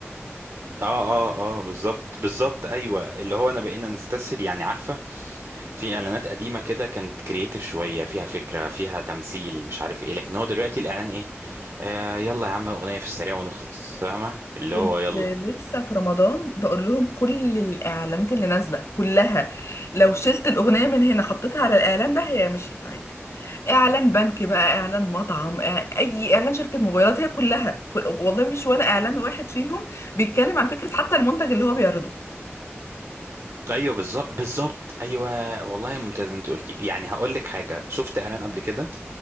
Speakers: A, on the right; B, on the left.
A: اه اه اه بالظبط بالظبط ايوه اللي هو انا بقينا نستسهل يعني عارفه في اعلانات قديمه كده كانت كرييتيف شويه فيها فكره فيها تمثيل مش عارف ايه لكن هو دلوقتي الاعلان ايه آه يلا يا عم اغنيه في السريع ونخلص فاهمه اللي
B: كنت
A: هو يلا
B: لسه في رمضان بقول لهم كل الاعلانات اللي نازلة كلها لو شلت الاغنية من هنا حطيتها على الاعلان ده هي مشيت عادي اعلان بنك بقى اعلان مطعم آه، اي اعلان شركة موبايلات هي كلها كل... والله مش ولا اعلان واحد فيهم بيتكلم عن فكرة حتى المنتج اللي هو بيعرضه
A: ايوه بالظبط بالظبط ايوه والله ممتاز انت قلتي يعني هقول لك حاجه شفت اعلان قبل كده